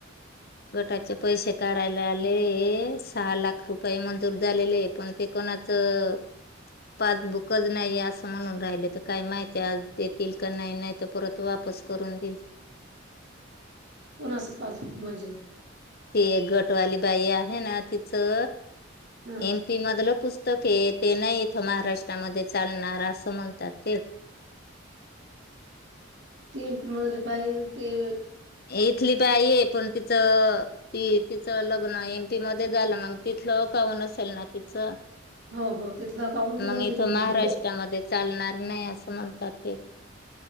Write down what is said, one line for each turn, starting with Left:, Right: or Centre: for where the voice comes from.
Left: गटाचे पैसे काढायला आले सहा लाख रुपये मंजूर झालेले पण ते कोणाचं पासबुकच नाही असं म्हणून राहिले तर काय माहित आज देतील का नाही नाही तर परत वाप पस करून देई
Right: कोणाच पाच मिनिट म्हणजे
Left: ती एक गटवाली बाई आहे ना तिचं
Right: हा
Left: एमपी मधलं पुस्तक आहे ते नाही इथं महाराष्ट्रामध्ये चालणार असं म्हणतात ते
Right: तमपी मदल बाई ते
Left: इथली बाई आहे पण तिचं ती तिचं लग्न एम पी मध्ये झालं मग तिथलं काहन असेल ना तिचं
Right: हो हो तिथलं काउून देऊन
Left: मग
Right: दिलं
Left: इथं महाराष्ट्रामध्ये
Right: तिथलं
Left: चालणार नाही असं म्हणतात ते